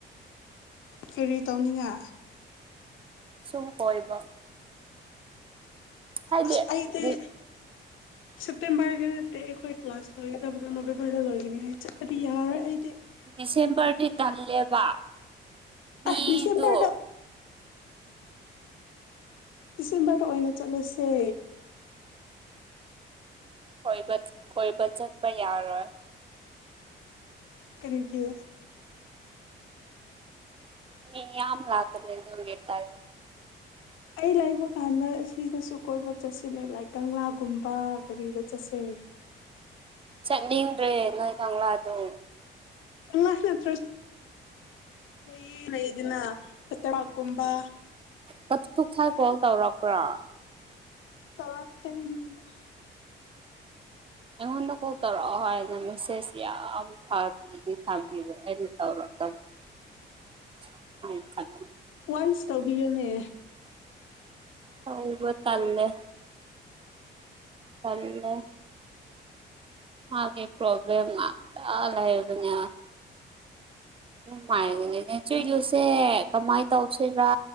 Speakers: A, on the left; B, on the right.
A: ꯀꯔꯤ ꯇꯧꯅꯤꯡꯉꯥ
B: ꯁꯨꯝ ꯀꯣꯏꯕ ꯍꯥꯏꯗꯤ
A: ꯑꯁ ꯑꯩꯗꯤ
B: ꯗꯤ
A: ꯁꯦꯞꯇꯦꯝꯕꯔꯒꯤ ꯅꯠꯇꯦ ꯑꯩꯈꯣꯏ ꯀ꯭ꯂꯥꯁ ꯂꯣꯏꯒꯗꯕꯗꯣ ꯅꯣꯕꯦꯝꯕꯔꯗ ꯂꯣꯏꯒꯅꯤ ꯍꯥꯏ ꯆꯠꯄꯗꯤ ꯌꯥꯔꯣꯏ ꯑꯩ
B: ꯗꯤꯁꯦꯝꯕꯔꯗꯤ ꯇꯜꯂꯦꯕ ꯃꯤꯗꯣ
A: ꯑ ꯗꯤꯁꯦꯝꯕꯔꯗ ꯗꯤꯁꯦꯝꯕꯔꯗ ꯑꯣꯏꯅ ꯆꯠꯂꯁꯦ
B: ꯀꯣꯏꯕ ꯆꯠ ꯀꯣꯏꯕ ꯆꯠꯄ ꯌꯥꯔꯣꯏ
A: ꯀꯔꯤꯒꯤ
B: ꯃꯤ ꯌꯥꯝ ꯂꯥꯛꯀꯗ꯭ꯔꯗꯤ ꯈꯪꯗꯦ ꯇꯜꯂꯦ
A: ꯑꯩ ꯂꯩꯕ ꯀꯥꯟꯗ ꯑꯁꯤꯗꯁꯨ ꯀꯣꯏꯕ ꯆꯠꯁꯤꯅꯦ ꯂꯥꯏꯛ ꯀꯪꯂꯥꯒꯨꯝꯕ ꯒꯔꯤꯗ ꯆꯠꯁꯦ <inaudible>
B: ꯆꯠꯅꯤꯡꯗ꯭ꯔꯦ ꯅꯣꯏ ꯀꯪꯂꯥꯗꯨ
A: <unintelligible> ꯂꯩꯌꯦ ꯂꯦꯌꯦꯗꯅꯥ <unintelligible> ꯒꯨꯝꯕ
B: ꯀꯠꯊꯣꯛꯊꯥꯏ ꯀꯣꯜ ꯇꯧꯔꯛꯄ꯭ꯔꯥ
A: ꯇꯧꯔꯛꯇꯦ ꯑꯩꯉꯣꯟꯗ
B: ꯑꯩꯉꯣꯟꯗ ꯀꯣꯜ ꯇꯧꯔꯛꯑꯣ ꯍꯥꯏꯅ ꯃꯦꯁꯦꯖ ꯌꯥꯝ ꯊꯥꯕꯤꯗꯤ ꯊꯥꯕꯤꯕ ꯑꯩꯅ ꯇꯧꯔꯛ <unintelligible>
A: ꯋꯥꯟꯁ ꯇꯧꯕꯤꯌꯣꯅꯦ
B: ꯇꯧꯕ ꯇꯜꯂꯦ ꯇꯜꯂꯦ ꯃꯥꯒꯤ ꯄ꯭ꯔꯣꯕ꯭ꯂꯦꯝ ꯉꯥꯛꯇ ꯂꯩꯕꯅꯦ ꯑꯗꯨꯃꯥꯏꯅꯅꯦ <unintelligible> ꯀꯃꯥꯏ ꯇꯧꯁꯤꯔꯥ